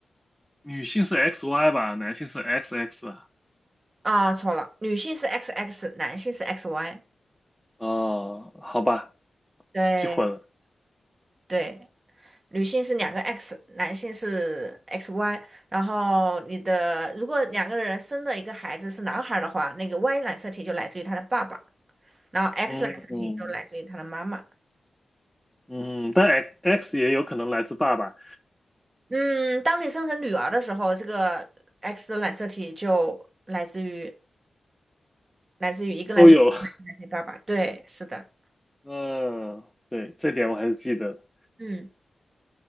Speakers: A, in the centre; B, on the right.
A: 女性是 XY 吧，男性是 XX。
B: 啊、错了，女性是 XX，男性是 XY。
A: 哦，好吧，
B: 对
A: 记混了。
B: 对，女性是两个 X，男性是 XY。然后你的如果两个人生的一个孩子是男孩儿的话，那个 Y 染色体就来自于他的爸爸，然后 X
A: 嗯嗯
B: 染色体就来自于他的妈妈。
A: 嗯，但 X X 也有可能来自爸爸，
B: 嗯，当你生成女儿的时候，这个 X 的染色体就来自于来自于一个来自于
A: 都有。<laughs>
B: 来自于爸爸，对，是的，
A: 嗯，对，这点我还是记得的。
B: 嗯